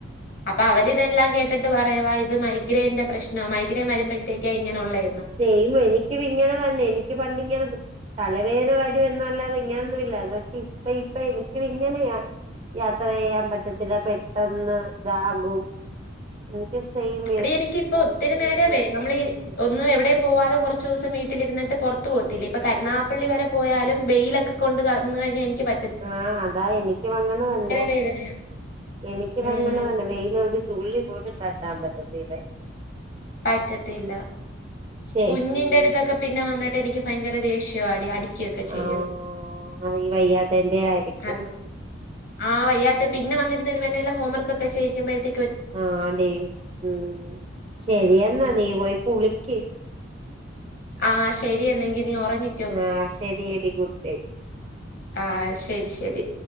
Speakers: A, on the left; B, on the right.
A: അപ്പൊ അവരിതെല്ലാം കേ ട്ടിട്ട് പറയുവാ ഇത് മൈഗ്രൈൻ്റെ പ്രശ്നാ മൈഗ്രെൻ വരുമ്പഴത്തേക്കാ ഇങ്ങനൊള്ളേ
B: സെയം എനിക്കു ഇങ്ങനെ തന്നെ എനിക്ക് പണ്ടിങ്ങനെ തലവേന വരുവെന്നല്ലാതെ ഇങ്ങനൊന്നുവില്ലാ പക്ഷെ ഇപ്പ ഇപ്പ എനിക്കൂ ഇങ്ങനെയാ. യാത്ര ചെയ്യാൻ പറ്റത്തില്ല പെട്ടന്ന് ഇതാകും. എന്തൊക്കെ ചെയ്യും.
A: എടി എനിക്കിപ്പ ഒത്തിരി നേര വേ നമ്മളീ. ഒന്നും എവിടെയും പോവാതെ കൊറച്ച് ദിവസം വീട്ടിലിരിന്നിട്ട് പൊറത്ത് പോവത്തില്ലെ. ഇപ്പൊ കരുണാകപ്പള്ളി വരെ പോയാലും വെയിലൊക്കെ. ക്കെ കൊണ്ട്ന്ന് കഴിഞ്ഞാനിക്ക് പറ്റ
B: ആഹ് അതാ എനിക്കും അങ്ങനതന്നാ.
A: വേദനയാ
B: എനിക്കും
A: ഉം
B: അങ്ങനതന്നാ വെയിലടി തുള്ളിപോലും തട്ടാപറ്റത്തില്ല.
A: പറ്റത്തില്ല.
B: ശെ.
A: ഞ്ഞിന്റെട്ത്തൊക്കെ പിന്നെ വന്നിട്ടെനിക്ക് ഭയങ്കര ദേശ്യാടി അടികൊ ക്കെചെയ്യും
B: ആഹ് ഈ വയ്യാത്തേന്റെ ആയിരിക്കും
A: അത്. ആഹ് വെയ്യാത്തെ പിന്നെവന്നിരുന്ന് ഇവനെല്ലാ ഹോംവർകൊക്കെ ചെയ്യിക്കുമ്പോഴ്ത്തേ
B: ആഹ് ടീ ഉം ശരിയെന്നാ
A: ഉം
B: നീ പോയി കുളിക്ക്.
A: ആഹ് ശെരി എന്നെങ്കി നീ ഒറങ്ങി
B: ആഹ് ശെരിയെടി ഗുഡ്നൈറ്റ്.
A: ആഹ് ശെരി, ശെരി.